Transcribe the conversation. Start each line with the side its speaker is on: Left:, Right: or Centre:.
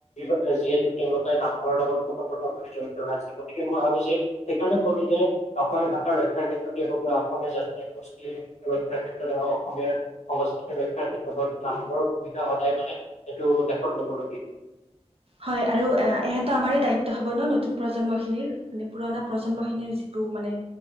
Left: য যিহেতু তেওঁলোকে নামঘৰ লগত কপথ জড়িত হৈ আছে। গতিকে মই ভাবো যে সেইকাৰণে ক'লো যে অসমীয়া ভাষাৰ ৰক্ষ ক্ষাৰ ক্ষেত্ৰতে হওঁক বা অসমীয়া জাতিৰ সংস্কৃতি ৰক্ষাৰ ক্ষেত্ৰতে হওঁক, অসমীয়া সংস্কৃতি ৰক্ষাৰ ক্ষেত্ৰতে লগত নামঘৰৰ ভূমিকা সদায় মানে সেইটো লেখত লবলগীয়া।
Right: হয় আৰু এয়াটো আমাৰ দায়িত্ব হ'ব ন নতুন প্ৰজন্মখিনিৰ মানে পুৰণা প্ৰজন্মখিনিৰ যি মানে